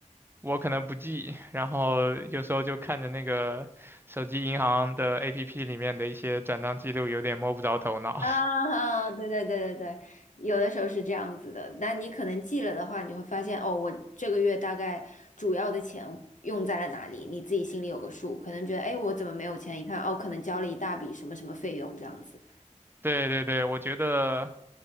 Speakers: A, on the right; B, on the left.
A: 我可能不记，然后有时候就看着那个手机银行的 APP 里面的一些转账记录，有点摸不着头脑。
B: 啊，啊对对对对对，有的时候是这样子的。那你可能记了的话，你会发现哦，我这个月大概主要的钱用在了哪里，你自己心里有个数。可能觉得，哎，我怎么没有钱？一看，哦，可能交了一大笔什么什么费用这样子。
A: <laughs> 对对对，我觉得，